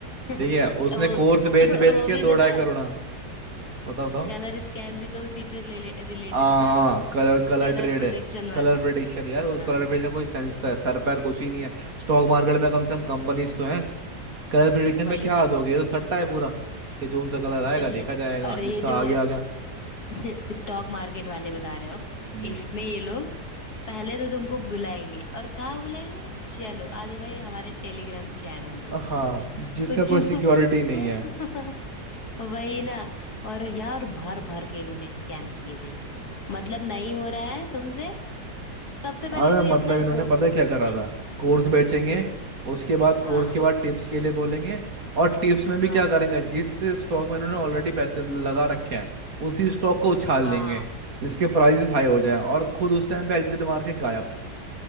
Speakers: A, on the left; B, on the right.
A: <laughs>
B: ठीक है उसने
A: वो
B: कोर्स बेच
A: और
B: बेच
A: वो
B: के
A: भी
B: दो
A: तो
B: ढाई
A: था
B: करोड़ हाँ, बताओ बताओ
A: कलर स्कैम भी तो उसी से रिलेटेड
B: हाँ
A: था
B: हाँ कलर कलर
A: कलर
B: ट्रेड
A: प्रोडक्शन
B: है
A: वाला
B: कलर प्रेडिक्शन यार उस
A: हाँ
B: कलर प्रेडिक्शन कोई सेंस सर पैर कुछ ही नहीं है स्टॉक
A: हाँ
B: मार्केट में कम से कम कंपनीज तो हैं कलर प्रिडिक्शन
A: वही
B: में क्या
A: तो
B: दोगे ये तो सट्टा है पूरा कि जोन सा कलर आएगा
A: कुछ
B: देखा
A: नहीं
B: जाएगा
A: और
B: जिसका
A: ये जो
B: आ गया आ गया
A: <laughs> स्टॉक मार्केट वाले बता रहे हो
B: हम्म
A: इसमें ये लोग पहले तो तुमको बुलाएंगे और कहाँ बुलाएंगे चलो आ जाओ भाई हमारे टेलीग्राम चैनल पे
B: हाँ जिसका
A: कुछ
B: कोई सिक्योरिटी नहीं
A: कु-
B: है
A: <laughs> वही ना और यार भर भर के इन्होंने स्कैम किए थे मतलब नहीं हो रहा है तुमसे सबसे पहले
B: अरे
A: तो ये
B: मतलब
A: अपना
B: इन्होंने
A: कोर्स
B: पता क्या करा
A: है
B: था कोर्स बेचेंगे
A: हम्म
B: उसके बाद
A: हाँ
B: कोर्स के बाद टिप्स के लिए बोलेंगे और टिप्स में भी
A: हाँ
B: क्या करेंगे जिस स्टॉक में इन्होंने ऑलरेडी पैसे लगा रखे हैं उसी स्टॉक को उछाल
A: हाँ
B: लेंगे जिसके प्राइसेस हाई हो
A: वही
B: जाए और खुद उस टाइम पे एग्जिट मार के गायब